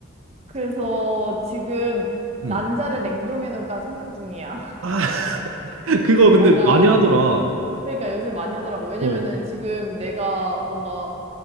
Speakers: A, on the right; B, on the right.
A: 그래서 지금
B: 응.
A: 난자를 냉동해 놓을까 생각 중이야. <laughs>
B: 아, <laughs> 그거 근데
A: 약간
B: 많이 하더라. 어,
A: 그러니까 요새 많이 하더라고. 왜냐면은
B: 어,
A: 지금 내가 뭔가